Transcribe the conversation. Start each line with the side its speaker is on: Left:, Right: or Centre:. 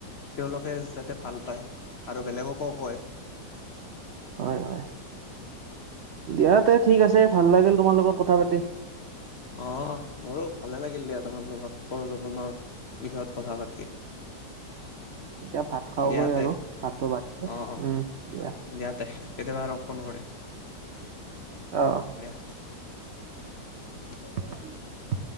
Left: তেওঁলোকে যাতে ভাল পায়। আৰু বেলেগকো কয়।
Right: হয় হয়, দিয়া তে ঠিক আছে। ভাল লাগিল তোমাৰ লগত কথা পাতি।
Left: অ', মোৰো ভালে লাগিল দিয়া, তোমাৰ লগত পৰ্যটনৰ বিষয়ত কথা পাতি।
Right: এতিয়া ভাত খাওঁগৈ
Left: দিয়া তে
Right: আৰু। ভাতটো বাঢ়িছে,
Left: অ অ
Right: উম দিয়া।
Left: দিয়া তে' কেতিয়াবা আৰু ফোন কৰিম।
Right: অঁ।
Left: <unintelligible> <unintelligible>
Right: <inaudible>